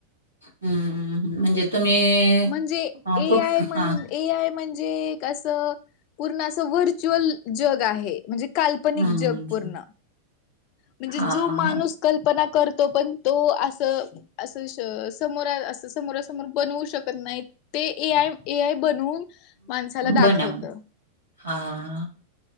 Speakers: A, on the right; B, on the left.
A: हम्म म्हणजे तुम्ही
B: म्हणजे
A: अ
B: ए
A: कुठ
B: आय म्हण
A: हा
B: ए आय म्हणजे असं पूर्ण अस व्हर्च्युअल जग आहे म्हणजे काल्पनिक
A: हम्म
B: जग पूर्ण म्हणजे
A: हा
B: जो माणूस
A: हा
B: कल्पना करतो पण तो असं असं समोरा अस समोरा समोर बनवू शकत नाहीत ते ए आय ए आय बनून माणसाला दाखवत
A: बनव हा